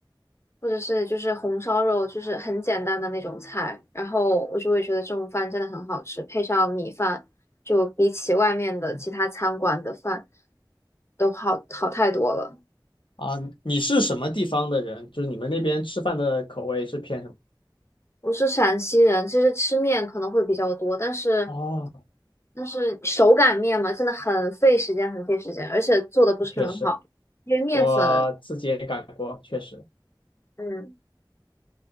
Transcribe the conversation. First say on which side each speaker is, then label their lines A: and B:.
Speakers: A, on the left (about 30°); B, on the left (about 85°).
A: 或者是就是红烧肉，就是很简单的那种菜，然后我就会觉得这种饭真的很好吃，配上米饭，就比起外面的其他餐馆的饭都好好太多了。
B: 啊，你是什么地方的人？就是你们那边吃饭的口味是偏什么？
A: 我是陕西人，其实吃面可能会比较多，但是
B: 哦，
A: 但是手擀面嘛，真的很费时间，很费时间，而且做的不是很好，
B: 确实，
A: 因为面粉，
B: 我自己也干过，确实。
A: 嗯